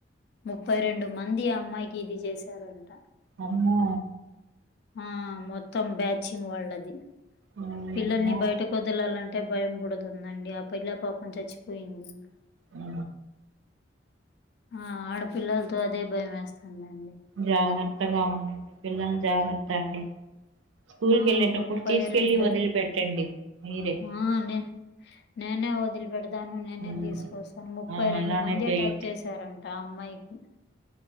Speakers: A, on the left (about 55°); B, on the right (about 85°).
A: ముప్పై రెండు మంది ఆ అమ్మాయికి ఇది చేసారంట
B: అమ్మో
A: ఆ మొత్తం బ్యాచి వాళ్ళది
B: ఓయమ్మో
A: పిల్లల్ని బయటకు వదలాలంటే భయం పుడుతుందండి అప్ పిల్లా పాపం చచ్చిపోయింది ఇంక
B: ఆ
A: ఆ ఆడపిల్లలతో అదే భయం వేస్తుందండి
B: జాగ్రత్తగా ఉండండి పిల్లలని జాగ్రత్త అండి స్కూల్కి
A: ఆ
B: వెళ్ళేటప్పుడు
A: ముప్పై
B: తీసుకెళ్ళి
A: రెండు
B: వదిలి పెట్టండి మీరే
A: ఆ అండి నేనే వదిలి పెడుత తాను నేనే
B: హ్మ్.
A: తీసుకొస్తాను ముప్పై
B: ఆ
A: రెండు
B: అలానే
A: మంది
B: చేయండి
A: అటాక్ చేశారంట ఆ అమ్మాయికి